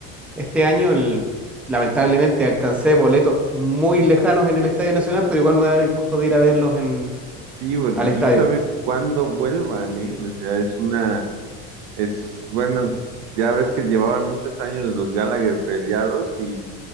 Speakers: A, in the centre; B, on the right.
A: este año. El- lamentablemente alcancé boletos muy lejanos en el Estadio Nacional, pero igual me voy a dar el gusto de ir a verlos en,
B: Sí, porque
A: al estadio.
B: quién sabe cuándo vuelvan, ¿eh? O sea, es una, es, bueno, ya ves que llevaban muchos años los Gallagher peleados y